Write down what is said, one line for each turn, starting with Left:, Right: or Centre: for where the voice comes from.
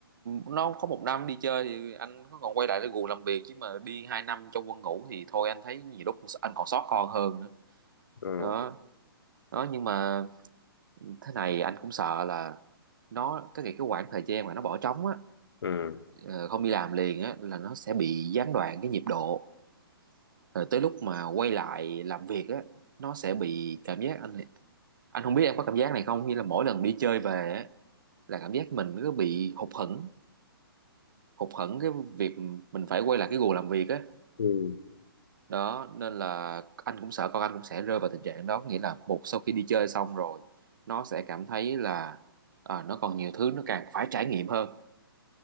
Right: nó có một năm đi chơi thì anh có còn quay lại để gù làm việc chứ mà đi hai năm trong quân ngũ thì thôi anh thấy nhiều lúc anh còn sót con hơn nữa
Left: ừ.
Right: đó đó nhưng mà thế này anh cũng sợ là nó cái cái cái khoảng thời gian mà nó bỏ trống á
Left: ừ.
Right: ờ, không đi làm liền á là nó sẽ bị gián đoạn cái nhịp độ rồi tới lúc mà quay lại làm việc á nó sẽ bị cảm giác anh anh không biết em có cảm giác này không như là mỗi lần đi chơi về á là cảm giác mình cứ bị hụt hẫng hụt hẫng cái việc mình phải quay lại cái guồng làm việc á
Left: ừ.
Right: đó nên là anh cũng sợ con anh cũng sẽ rơi vào tình trạng đó nghĩa là một sau khi đi chơi xong rồi nó sẽ cảm thấy là à, nó còn nhiều thứ nó càng phải trải nghiệm hơn